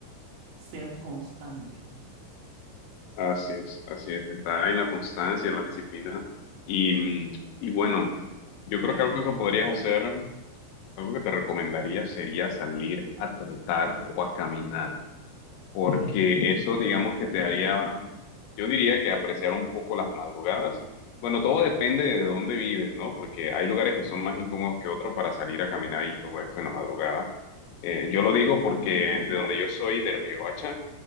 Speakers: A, on the right; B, on the left.
A: ser constante.
B: Así es, así es, está en la constancia, en la disciplina. Y, mm, y bueno, yo
A: ¿Qué me
B: creo
A: recomiendas
B: que algo que podrías
A: hacer?
B: hacer, algo que te recomendaría sería salir a trotar o a caminar, porque eso digamos que te haría, yo diría que apreciar un poco las madrugadas. Bueno, todo depende de dónde vives, ¿no? Porque hay lugares que son más incómodos que otros para salir a caminar y todo esto en la madrugada. Eh, yo lo digo porque de donde yo soy, de Riohacha,